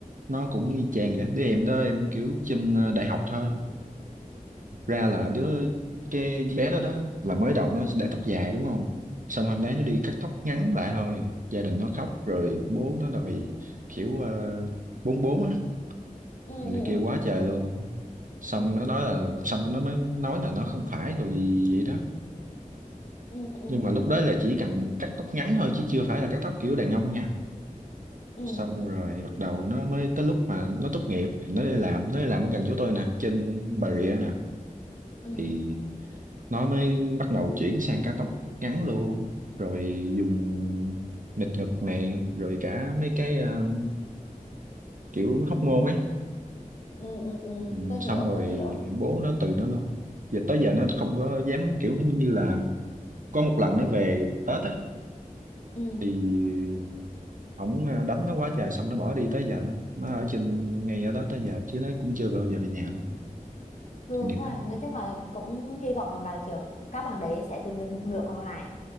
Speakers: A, on the right; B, on the left.
A: nó cũng y chang vậy. Đứa em đó em kiểu trên ờ, đại học thôi. Thực Ra là đứa cái bé đó đó là mới đầu nó để tóc dài đúng không? Xong hôm đấy nó đi cắt tóc ngắn lại thôi. Gia đình nó khóc rồi bố nó đòi kiểu ờ, bốn bốn á,
B: ừ
A: rồi
B: ừ
A: này kia quá
B: ừ
A: trời
B: ừ
A: luôn. Xong
B: ừ
A: nó
B: ừ
A: nói là
B: ừ
A: xong nó mới nói là nó không phải đồ gì vậy đó.
B: ừ ừ
A: Nhưng mà
B: ừ
A: lúc
B: ừ.
A: đó là chỉ cần cắt tóc ngắn thôi chứ chưa phải là cắt tóc kiểu đàn ông nha
B: ừ
A: xong rồi bắt đầu nó mới tới lúc mà nó tốt nghiệp thì nó đi làm nó đi làm ở gần chỗ tôi nè trên Bà Rịa nè
B: ừ
A: thì nó mới bắt đầu chuyển sang cao tốc ngắn luôn rồi dùng nịt ngực này rồi cả mấy cái um, kiểu hóc môn ấy
B: ừ ừ ừ
A: ừ,
B: tôi
A: xong
B: hiểu
A: rồi
B: tôi hiểu
A: bố nó từ nó luôn giờ tới giờ nó không có dám kiểu như là có một lần nó về Tết ấy
B: ừ
A: thì ổng ờ, đánh nó quá trời xong nó bỏ đi tới giờ đó. nó ở trên ngay ở đó tới giờ chứ nó cũng chưa bao giờ về nhà luôn
B: thương
A: nghiệp
B: quá
A: lắm.
B: à. nói chung là cũng hy vọng rằng là kiểu các bạn đấy sẽ tìm được một nửa còn lại